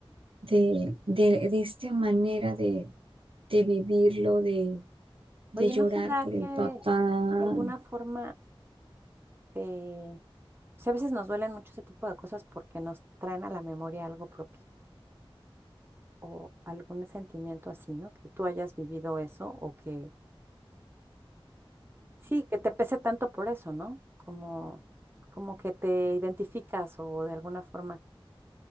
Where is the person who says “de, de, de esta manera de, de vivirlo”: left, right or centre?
Right